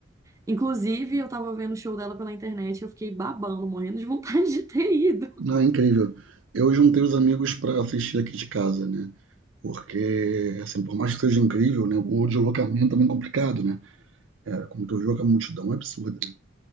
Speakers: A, on the right; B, on the right.
A: Inclusive, eu tava vendo o show dela pela internet e eu fiquei babando, morrendo de vontade <laughs> de ter ido.
B: Não, é incrível. Eu juntei os amigos para assistir aqui de casa, né? Porque, assim, por mais que seja incrível, né, o deslocamento é muito complicado, né? É, como tu viu, que a multidão é absurda. né?